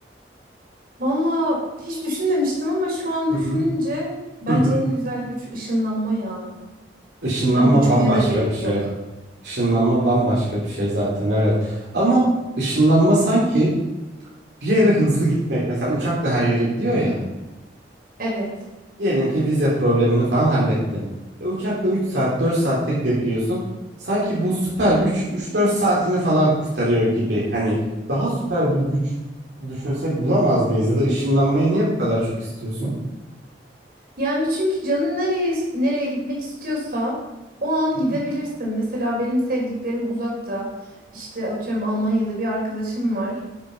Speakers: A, on the right; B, on the right.
A: Valla hiç düşünmemiştim ama şu an
B: Hı
A: düşününce
B: hı.
A: bence
B: Hı hı.
A: en güzel güç ışınlanma ya.
B: Işınlanma
A: Hani uçmaya
B: bambaşka
A: da gerek
B: bir şey.
A: yok.
B: Işınlanma bambaşka bir şey zaten evet. Ama ışınlanma sanki bir yere hızlı gitmek. Mesela uçak da her yere gidiyor ya.
A: Evet.
B: Diyelim ki vize problemini falan hallettin. E, uçakla 3 saat 4 saatte gidebiliyorsun. Sanki bu süper güç üç dört saatini falan kurtarıyor gibi. Hani daha süper bir güç düşünsek bulamaz mıyız? Ya da ışınlanmayı niye bu kadar çok istiyorsun?
A: Yani çünkü canın nereye nereye gitmek istiyorsa o an
B: Hı
A: gidebilirsin.
B: hı.
A: Mesela benim sevdiklerim uzakta. İşte atıyorum Almanya'da bir arkadaşım var.